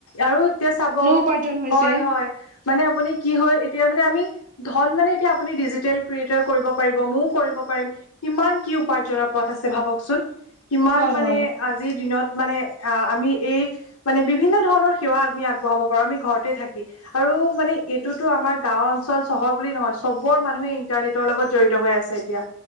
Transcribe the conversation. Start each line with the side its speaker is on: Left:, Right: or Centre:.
Left: আৰু এতিয়া চাব।
Right: উপাৰ্জন হৈছে।
Left: হয় হয়। মানে আপুনি কি হয় এতিয়া মানে আমি ধন মানে এতিয়া আপুনি ডিজিটেল ক্ৰিয়েটাৰ কৰিব পাৰিব, মইও কৰিব পাৰিম। কিমান কি উপাৰ্জনৰ পথ আছে ভাবকচোন। কিমান
Right: হয়
Left: মানে
Right: হয়
Left: আজিৰ দিনত মানে আ-আমি এই মানে বিভিন্ন ধৰণৰ সেৱা আমি আগবঢ়াব পাৰো, আমি ঘৰতে থাকি কি আৰু মানে এইটোতো আমাৰ গাঁওৰ <unintelligible> চহৰ বুলি নহয়। চবৰ মানুহে ইণ্টাৰনেটৰ লগত জড়িত হৈ আছে এতিয়া